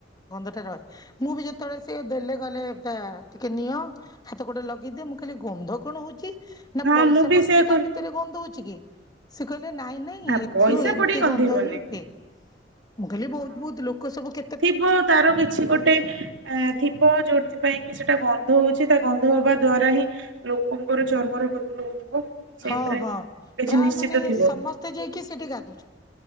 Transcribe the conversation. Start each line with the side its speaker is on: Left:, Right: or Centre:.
Left: ଗନ୍ଧଟା ରହେ। ମୁଁ ବି ଯେତେବେଳେ ସିଏ ଦେଲେ କହିଲେ ଏଟା ଟିକେ ନିଅ। ହାତ ଗୋଡେ ଲଗେଇଦିଏ। ମୁଁ କହିଲି ଗନ୍ଧ କଣ ହଉଛିି? ନା
Right: ହଁ
Left: ପଇସା
Right: ମୁଁ ବି
Left: ପଡିକି
Right: ସେୟା କହିଲି
Left: ତା ଭି ତରେ ଗନ୍ଧ ହଉଛି କି ସେ କହିଲେ ନାଇଁ ନାଇଁ
Right: ନା
Left: ଏଥିରୁ
Right: ପଇସା
Left: ଏମତି
Right: ପଡିକି ଗନ୍ଧେଇବନି
Left: ଗନ୍ଧ ହିଁ ହୁଏ। ମୁଁ କହିଲି
Right: ହଁ
Left: ବହୁତ ବହୁତ ଲୋକ ସବୁ କେ
Right: ଥିବ ତାର କିଛି ଗୋଟେ ଏ ଥିବ ଯୋଉଥିପାଇଁ କି ସେଟା ଗନ୍ଧ ହଉଛି ତା ଗନ୍ଧ ହବା ଦ୍ଵାରା ହିଁ ଲୋକଙ୍କର ଚର୍ମ ରୋଗ ଦୂର ହଉଥିବ। ସେଇଥିରେ
Left: ହଁ ହଁ
Right: କିଛି
Left: ପ୍ରାୟ
Right: ନିଶ୍ଚିନ୍ତ
Left: ମାନେ
Right: ଥିବ
Left: ସମସ୍ତେ ଯାଇକି ସେଠି ଗାଧଉଛନ୍ତି।